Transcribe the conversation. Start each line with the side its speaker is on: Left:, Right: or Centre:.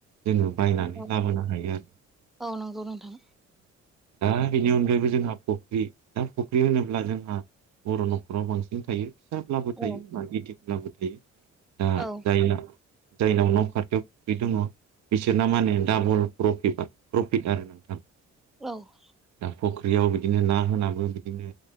Right: जोंङो बायनानै
Centre: औ
Right: लाबोनो हायो आरो
Centre: औ नंगौ नोंथां।
Right: दा बेनि अनगायैबो जोंहा फख्रि दा फख्रि होनोब्ला जोंहा बर' न'खराव बांसिन थायो। फिसाब्लाबो थायो
Centre: औ
Right: बा गिदिदब्लाबो थायो दा
Centre: औ
Right: जाया जायनाव न' खाथियाव बे दङ बिसोरना मा होनो डाबल प्रफिटबा प्रफिट आरो नोंथां।
Centre: औ
Right: दा फख्रियाव बिदिनो ना होनाबो बिदिनो